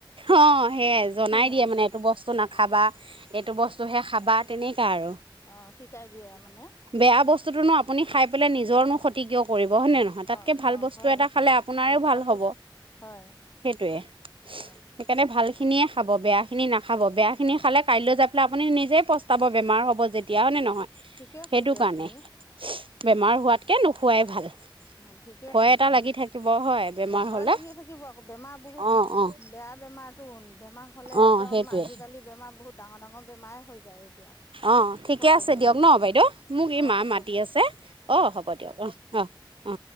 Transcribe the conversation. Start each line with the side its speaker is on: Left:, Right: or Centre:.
Right: অ সেইয়াই
Left: আৰু
Right: জনাই
Left: অঁ
Right: দিয়ে মানে এইটো বস্তু না- খাবা এইটো বস্তুহে খাবা তেনেকাই আৰু।
Left: অ শিকাই দিয়ে মানে।
Right: বেয়া বস্তুটোনো আপুনি খাই পেলাই নিজৰনো ক্ষতি কিয় কৰিব হয়নে নহয় তাতকে
Left: অঁ
Right: ভাল
Left: অঁ
Right: বস্তু
Left: হয়
Right: এটা খালে আপো- নাৰে
Left: অ
Right: ভাল হ'ব
Left: বস্তু হয়
Right: সেইটোৱে। সেইকাৰণে
Left: অ
Right: ভাল খিনিয়ে খাব, বেয়া খিনি নাখাব বেয়া খিনি খালে কাইলৈ যাই পেলাই আপুনি নিজেই পচ- টাব বেমাৰ হ'ব যেতিয়া হয় নে নহয়
Left: ঠিকে
Right: সেইটো
Left: কৰিছে
Right: কাৰণে।
Left: আপুনি
Right: বেমাৰ হোৱাতকে নোখোৱাই ভাল।
Left: অ, ঠিকে
Right: ভয়
Left: কৰিছে
Right: এটা লাগি থাকিব হয় বেমাৰ
Left: অ 'ভয়
Right: হ'লে
Left: লাগি থাকিব আকৌ বেমাৰ বহুত-
Right: অ' অ'
Left: বেয়া বেমাৰটো, বেমাৰ হ'লে
Right: অ'
Left: একদম
Right: সেইটোৱে
Left: আজিকালি বেমাৰ বহুত ডাঙৰ ডাঙৰ বেমাৰে হৈ এতিয়া যায়।
Right: অ ঠিকে
Left: খোৱাৰ
Right: আছে
Left: জন্য
Right: দিয়ক ন বাইদেউ, মোক এই
Left: অ
Right: মা
Left: হ'ব
Right: মাতি আছে অ হ'ব দিয়ক অ' অ। অ